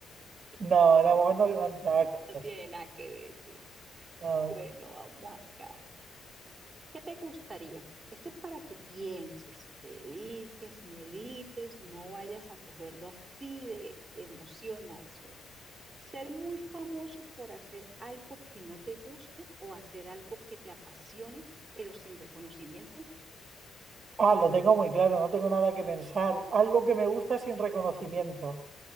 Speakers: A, on the right; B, on the right.
A: No, el abogado no levanta actas.
B: No tiene nada que ver, sí.
A: No.
B: Bueno, vamos acá. ¿Qué te gustaría? Esto es para que pienses, te dediques, medites, no vayas a cogerlo así de, de emoción a eso. bueno. Ser muy famoso por hacer algo que no te guste o hacer algo que te apasione, pero sin reconocimiento.
A: Ah, lo tengo muy claro, no tengo nada que pensar. Algo que me gusta sin reconocimiento.